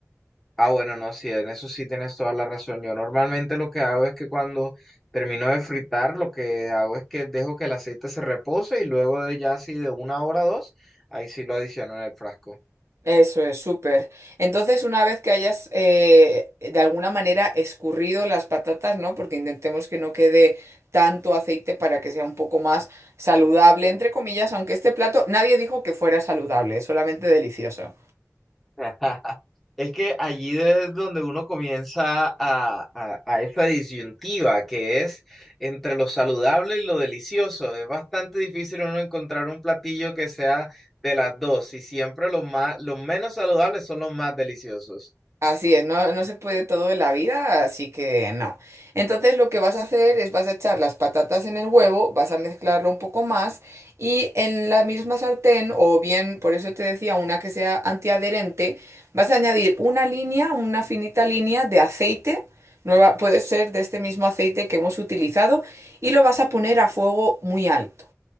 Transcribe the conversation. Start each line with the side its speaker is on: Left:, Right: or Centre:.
Centre: Ah, bueno, no, sí, en eso sí tienes toda la razón. Yo normalmente lo que hago es que cuando termino de fritar, lo que hago es que dejo que el aceite se repose y luego de ya así de una hora o dos, ahí sí lo adiciono en el frasco.
Right: Eso es, súper. Entonces, una vez que hayas eh, de alguna manera escurrido las patatas, ¿no? Porque intentemos que no quede tanto aceite para que sea un poco más saludable, entre comillas, aunque este plato nadie dijo que fuera saludable, es solamente delicioso.
Centre: <laughs> Es que allí es donde uno comienza a, a- a esa disyuntiva que es entre lo saludable y lo delicioso. Es bastante difícil uno encontrar un platillo que sea de las dos y siempre los más, los menos saludables son los más deliciosos.
Right: Así es, no, no se puede todo en la vida, así que no. Entonces lo que vas a hacer es vas a echar las patatas en el huevo, vas a mezclarlo un poco más y en la misma sartén, o bien, por eso te decía, una que sea antiadherente, vas a añadir una línea, una finita línea de aceite, nueva, puede ser de este mismo aceite que hemos utilizado, y lo vas a poner a fuego muy alto.